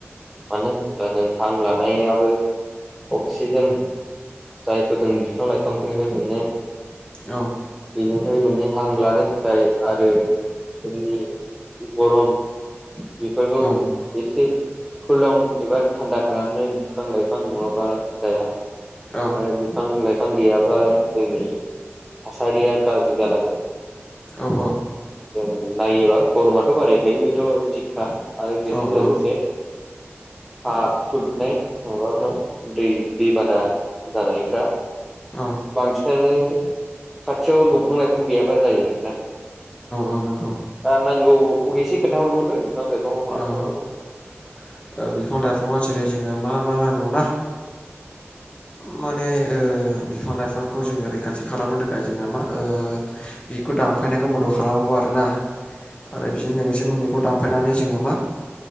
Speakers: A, in the centre; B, on the left (about 25°).
A: मानो होनोब्ला जों हां लानायाबो अक्सिजेन जायखौ जों बिफां लाइफांफोरनिफ्राय मोनो।
B: औ
A: बेजोंफ्राय मोने हां लानो थाखाय आरो जोंनि गरम बेफोरखौ
B: औ
A: एसे फुलाव एबा थान्दा खालामनो बिफां लाइफां नङाबा जाया।
B: औ
A: आरो बिफां लाइ फां गैयाबा जोंनि थासारिया गाज्रि जालाङो।
B: औ औ
A: जों नायोबा गरमाथ' बारायखायो बेथ' थिग था आरो बेजों
B: औ
A: लोगोसे
B: औ
A: हा खुरनाय माबाफोराव दै दैबाना जानायफ्रा
B: औ
A: बांसिनानो खाथियाव दंफां लाइफां गैयाबा जायो आरोना
B: औ नंगौ
A: नांगौखौ एसे खोन्थाहरबावदो बिफां लाइफाङाव माखौ
B: औ
A: नांगौ
B: बिफां लाइफाङाव जेरै जोङो मा मा नांगौ ना माने ओ बिफां लाइफांखौ जोङो रैखाथि खालामनो थाखाय जोङो मा ओ बेखौ दानफायनायखौ बन्द' खालामांगौ आरो ना आरो बिजों लोगोसे बेखौ दानफायनानै जोङो मा